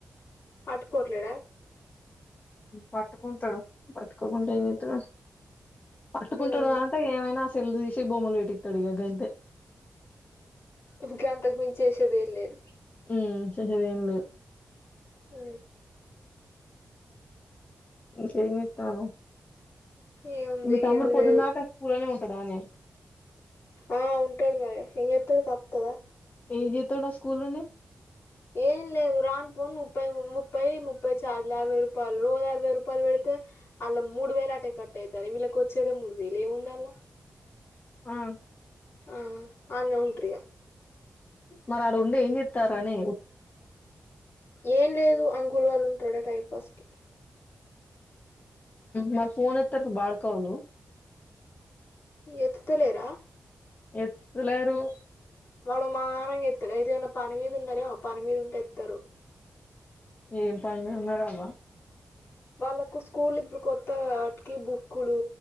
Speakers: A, on the left; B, on the left.
A: అటుకోట్లేడ
B: పట్టుకుంటాడు పట్టుకోకుండా ఏం చెతడు పట్టుకుంటాడు
A: ఉమ్
B: అంటే ఏమైనా తెల్ దశ బొమ్మలు వట్టి తడు ఇగ గ అంత
A: ఇంకా అంతకు మించ వసేది వేయ లేదు
B: ఉ సరేన్న
A: ఆ
B: కమిత్తను
A: ఏముంది
B: మీ తమ్ముడు
A: ఏం
B: పోతున్నాక
A: లేదు
B: స్కూలనే ఉంటా నేను
A: ఆ ఉంటోడు మరి ఇం ఎతడు తప్తదా
B: ఏ జత నా స్కూల్ని
A: ఏం లేదు రాన్ పోన్ ముప్పై ముప్పై ముప్పై చట్ల అరవై రూపాయ రజల ఇవై రూపాయలు పెడితే అల్లా మూడు వేలు అటే కట్ట అతానే వీళ్ళకి వచ్చేద మూడు వేలు ఏముంది అల్
B: ఆ
A: ఆ అన్న ఉంట్రయా
B: మరి ఆడు ఉండి ఏం చెతారని
A: ఏం లేదు అంగులు వాళ్ళు ఉంటాడా టైం పాస్ కి
B: మా ఫోన్ హత్తారు బాల్కవలు
A: ఎతుతలేరా
B: ఎతులరు
A: వాళ్డుుమాారంగా ఎస్తారు ఏద ఏమైనా పని మీద ఉన్నారో ఆ పని మీద ఉంటే ఎస్తారు
B: ఏం పని ఉన్నారు అబ
A: వాళ్ళకు స్కూల్ ఇప్పుడు కొత్త వాటికి బుక్లు